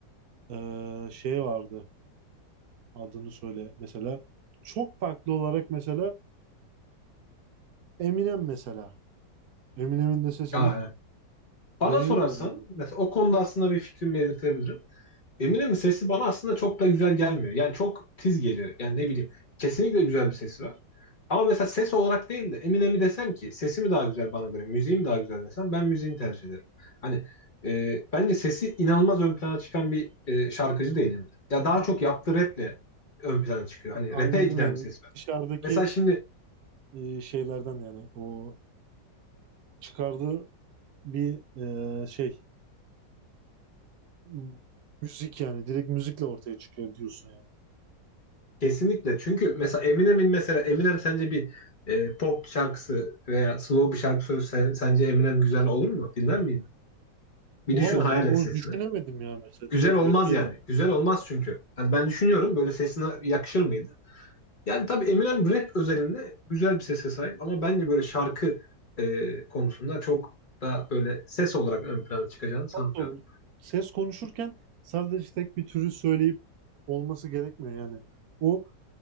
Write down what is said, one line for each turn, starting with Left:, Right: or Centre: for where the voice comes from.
Right: Ee, şey vardı adını söyle. Mesela çok farklı olarak mesela Eminem mesela. Eminem'in de sesini
Left: Aa, evet. Bana
Right: beğeniyorum
Left: sorarsan
Right: yani.
Left: mesela o konuda aslında bir fikrimi belirtebilirim. Eminem'in sesi bana aslında çok da güzel gelmiyor. Yani çok tiz geliyor. Yani ne bileyim. Kesinlikle güzel bir sesi var. Ama mesela ses olarak değil de Eminem'i desem ki sesi mi daha güzel bana göre, müziği mi daha güzel desem ben müziğini tercih ederim. Hani e, bence sesi inanılmaz ön plana çıkan bir e, şarkıcı değil Eminem. Ya daha
Right: Ha,
Left: çok yaptığı raple ön plana çıkıyor. Hani
Right: anladım
Left: rap'e giden
Right: yani.
Left: bir ses var.
Right: Dışarıdaki
Left: Mesela şimdi
Right: e, şeylerden yani o çıkardığı bir e, şey m- müzik yani direkt müzikle ortaya çıkıyor diyorsun yani.
Left: kesinlikle çünkü mesela Eminem'in mesela Eminem sence bir e, pop şarkısı veya slow bir şarkı söylese sence Eminem güzel olur mu? Dinler miydin? Bir
Right: Olamaz
Left: düşün hayal
Right: ben onu
Left: et sesini.
Right: düşünemedim ya mesela
Left: Güzel
Right: direkt
Left: olmaz
Right: rapiyle
Left: yani. Güzel olmaz çünkü. Hani ben düşünüyorum böyle sesine yakışır mıydı? Yani tabii Eminem rap özelinde güzel bir sese sahip ama bence böyle şarkı e, konusunda çok da böyle ses olarak ön plana çıkacağını
Right: Çok
Left: sanmıyorum.
Right: doğru. Ses konuşurken sadece tek bir türü söyleyip olması gerekmiyor yani. O